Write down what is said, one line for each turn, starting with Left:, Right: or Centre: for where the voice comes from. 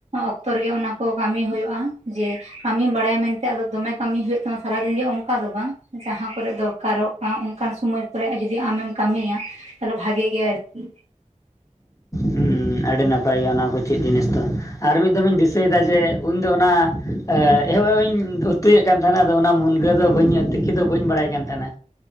Right: ᱚᱠᱛᱚ ᱨᱮᱜᱮ ᱚᱱᱟ ᱠᱚ ᱠᱟᱹᱢᱤ ᱦᱳᱭᱳᱜᱼᱟ ᱡᱮ ᱠᱟᱹᱢᱤᱢ ᱵᱟᱲᱟᱭᱟ ᱢᱮᱱᱛᱮᱫᱚ ᱫᱚᱢᱮ ᱠᱟᱹᱢᱤ ᱦᱩᱭᱩᱜ ᱛᱟᱢᱟ ᱥᱟᱨᱟᱫᱤᱱ ᱜᱮ ᱚᱱᱠᱟ ᱫᱚ ᱵᱟᱝ ᱡᱟᱦᱟᱸ ᱠᱚᱨᱮ ᱫᱚᱨᱠᱟᱨᱚᱜᱼᱟ ᱚᱱᱠᱟᱱ ᱥᱚᱢᱚᱭ ᱠᱚᱨᱮ ᱡᱩᱫᱤ ᱟᱢᱮᱢ ᱠᱟᱹᱢᱤᱭᱟ ᱛᱟᱦᱚᱞᱮ ᱵᱷᱟᱜᱮ ᱜᱮᱭᱟ ᱟᱨᱠᱤ
Left: ᱦᱩᱹᱻ ᱟᱹᱰᱤ ᱱᱟᱯᱟᱭ ᱜᱮᱭᱟ ᱚᱱᱟ ᱠᱚ ᱪᱮᱫ ᱡᱤᱱᱤᱥ ᱫᱚ ᱟᱨ ᱢᱤᱫ ᱫᱚᱢᱮᱧ ᱫᱤᱥᱟᱹᱭᱮᱫᱟ ᱡᱮ ᱩᱱᱫᱚ ᱚᱱᱟ ᱟᱻ ᱮᱦᱚᱵ ᱮᱦᱚᱵ ᱤᱧ ᱩᱛᱩᱭᱮᱫ ᱠᱟᱱ ᱛᱟᱦᱮᱱᱟ ᱟᱫᱚ ᱚᱱᱟ ᱢᱩᱱᱜᱟᱹ ᱫᱚ ᱵᱟᱹᱧ ᱛᱤᱠᱤ ᱫᱚ ᱵᱟᱹᱧ ᱵᱟᱲᱟᱭ ᱠᱟᱱ ᱛᱟᱦᱮᱱᱟ